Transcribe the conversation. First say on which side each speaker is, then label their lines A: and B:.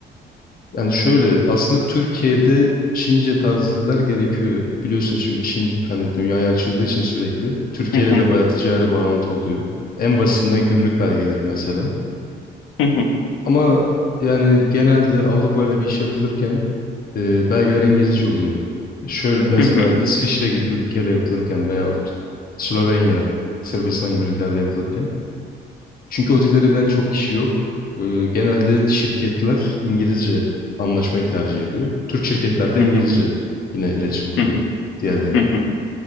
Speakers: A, on the left; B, on the left.
A: Yani şöyle aslında Türkiye'de Çince tarzlılar gerekiyor biliyorsunuz çünkü Çin hani dünyaya açıldığı için sürekli Türkiye
B: Hı hı.
A: ile de bayağı ticari bağlantı oluyor. En basitinden gümrük belgeleri mesela.
B: Hı hı.
A: Ama yani genelde Avrupa ile bir iş yapılırken e, belgeler İngilizce oluyor. Şöyle mesela
B: Hı hı.
A: İsviçre gibi bir ülkeyle yapılırken veyahut Slovenya, Sırbistan gibi ülkelerle yapılırken çünkü o dilleri bilen çok kişi yok. Ee, genelde şirketler İngilizce anlaşmayı tercih ediyor. Türk şirketler de
B: Hı
A: İngilizce
B: hı.
A: yine iletişim kuruyor
B: Hı hı.
A: diğerleriyle.
B: Hı hı.